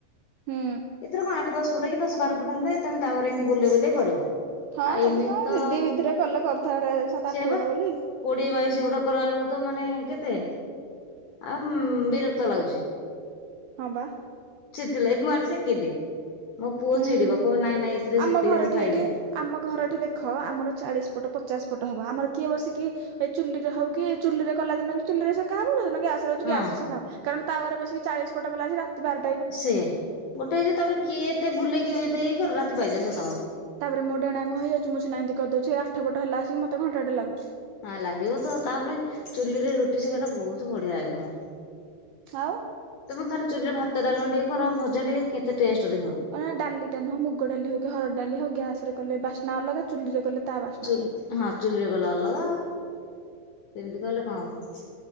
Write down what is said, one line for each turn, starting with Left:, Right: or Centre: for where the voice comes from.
Right: ହୁଁ।
Left: ଏଥର କଣ ଆଠ ଦଶ ଯୋଉଟାକି ଦଶ ବାରପଟ ହେଲେ ତମେ ତାଉରେ ଏମିତି ବୁଲେଇ ବୁଲେଇ କରିବ।
Right: ହଁ
Left: ଆଉ ଏମିତି
Right: କଣ
Left: ତ
Right: ସିଧି ବିଧିରେ କଲେ କରୁଥାଆନ୍ତେ ସାତ
Left: ସେ
Right: ଆଠ
Left: ହେବା
Right: ପଟ ବୋଲି
Left: କୋଡିଏ ବାଇଶି ଗୋଟ କର ବେଳକୁ ତ ମାନେ କେତେ ଆ ମ ବିରକ୍ତ ଲାଗୁଛି।
Right: ହଁ ବା।
Left: ଚେତି ଲାଗି ମୁଁ ଆଡେ ସେକିଦିଏ ମୋ ପୁଅ
Right: ହୁଁ।
Left: ଚିଡିବ କୋଉ ନାଇଁ ନାଇଁ ଏଥିରେ
Right: ଆମ
Left: ସେକିଲେ
Right: ଘରଟି
Left: ମୁଁ ଖାଇବିନି।
Right: ଏଇଠି ଆମ ଘରଟିି ଦେଖ ଆମର ଚାଳିଶ ଫଟ ପଚାଶ ଫଟ ହବ ଆମର କିଏ ବସିକି ଏ ଚୁଲିରେ ହଉ କିି ଚୁଲିରେ କଲା ଦିନ ବି ଚୁଲିରେ ସୋ ହବ ଯଉ ଦିନ ଗ୍ୟ ସେରା ହଉଚି
Left: ହଁ।
Right: ଗ୍ୟାସ ରେ ସେକ ହବ କାରଣ ତାୱରେ ବସି ଚାଳିଶ ପଟ କଲା ରାତି ବାର
Left: ସେ ଗୋଟେ ହେଇଯ ତାପରେ କିଏ ଏତେ ବୁଲେେଇକ ଏତେ ହେଇ କର ରାତି ପାଇ ଯିବ ସତ
Right: ତାପରେ ମୋ ଡେଣାଙ୍କ କହିଇଯାଉଛି ମୁଁନାହାତି କରିଦଉଛି ଆଠଟ ପଟ ହେଲା ଆିକ ମୋତେ ଘଣ୍ଟା ଟେ ଲାଗୁଛି।
Left: ହଁ ଲାଗିବ ତ ତାପରେ ଚୁଲିରେ ରୁଟି ସେକାଟା ବହୁତ ବଢିଆ ଲାଗିବ।
Right: ଖାଉ
Left: ତମେ ଖାଲି ଚୁଲିରେ ଭାତ ଡାମା ଟିକେ କର ଭଜା ଟିକେ କେତେ ଟେଷ୍ଟ ଦେଖିବ।
Right: ଅନା ଡାଲିା ନୁହଁ ମୁଗ ଡାଲି ହଉ କି ହରଡ଼ ଡାଲି ହଉ ଗ୍ୟାସ ରେ କଲେ ବାସ୍ନା ଅଲଗ ଚୁଲିରେ କଲେ ତା ବାସ୍ନା
Left: ଚୁଲ
Right: ଅଲଗା।
Left: ହଁ ଚୁଲି ଗଲେ ଅଲଗା ସେମିତି କହିଲେ କଣ ହବ?